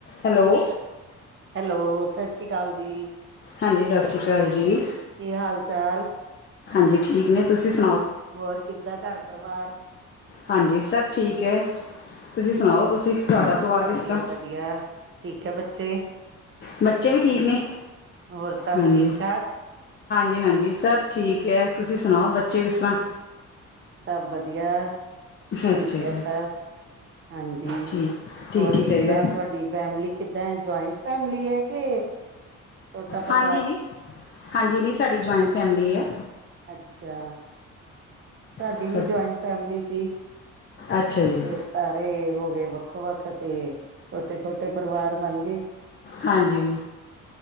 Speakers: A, on the left (about 35°); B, on the right (about 40°).
A: Hello
B: hello, ਸਤਿ ਸ਼੍ਰੀ ਅਕਾਲ ਜੀ।
A: ਹਾਂਜੀ, ਸਤਿ ਸ਼੍ਰੀ ਅਕਾਲ ਜੀ।
B: ਕੀ ਹਾਲ ਚਾਲ?
A: ਹਾਂਜੀ ਠੀਕ ਨੇ ਤੁਸੀਂ ਸ
B: ਹੋਰ ਕਿੱਦਾਂ ਘਰ ਪਰਿਵਾਰ?
A: ਹਾਂਜੀ, ਸਭ ਠੀਕ ਐ। ਤੁਸੀਂ ਸੁਣਾਓ, ਤੁਸੀਂ, ਤੁਹਾਡਾ ਪਰਿਵਾਰ ਕਿਸ
B: ਵਧੀਆ
A: ਤਰ੍ਹਾਂ?
B: ਵਧੀਆ। ਠੀਕ ਹੈ ਬੱਚੇ?
A: ਬੱਚ ਬੱਚੇ ਵੀ ਠੀਕ ਨੇ
B: ਹੋਰ ਸਭ
A: ਹਾਂਜੀ
B: ਠੀਕ ਠਾਕ?
A: ਹਾਂਜੀ ਹਾਂਜੀ, ਸਭ ਠੀਕ ਐ, ਤੁਸੀਂ ਸੁਣਾਓ ਬੱਚੇ ਕਿਸ ਤਰ੍ਹਾਂ?
B: ਸਭ ਵਧੀਆ ਠੀਕ
A: ਅੱਛਾ ਜੀ
B: ਐ ਸਬ, ਹਾਂਜੀ,
A: ਠੀਕ ਠੀਕ
B: ਹੋਰ
A: ਹੀ ਚਾਹੀਦਾ
B: ਕਿੱਦਾਂ ਤੁਹਾਡੀ ਫੈਮਿਲੀ ਕਿੱਦਾਂ ਹੈ? ਜੁਆਇੰਟ ਫੈਮਲੀ ਹੈ ਕਿ ਛੋਟਾ
A: ਹਾਂਜੀ
B: ਪਰਿਵਾਰ?
A: ਜੀ, ਹਾਂਜੀ ਨ੍ਹੀ ਸਾਡੀ ਜੁਆਇੰਟ ਫੈਮਲੀ ਐ।
B: ਅੱਛਾ, ਸਾਡੀ
A: ਸਾ
B: ਵੀ ਜੁਆਇੰਟ ਫੈਮਲੀ ਸੀ।
A: ਅੱਛਾ ਜੀ
B: ਫੇਰ ਸਾਰੇ ਹੋ ਗਏ ਵੱ ਵੱਖੋ-ਵੱਖ ਤੇ ਛੋਟੇ-ਛੋਟੇ ਪਰਿਵਾਰ ਬਣ ਗਏ।
A: ਹਾਂਜੀ।